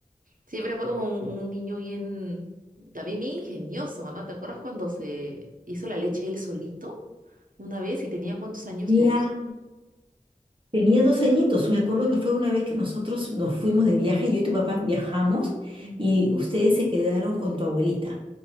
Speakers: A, on the right (about 70°); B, on the right (about 35°).
A: Siempre fue como un, un niño bien, también bien ingenioso, mamá. ¿Te acuerdas cuando se hizo la leche él solito una vez y tenía cuántos años?
B: Claro,
A: Dos.
B: Tenía dos añitos. Me acuerdo que fue una vez que nosotros nos fuimos de viaje, yo y tu papá viajamos
A: Ujú.
B: y ustedes se quedaron con tu abuelita.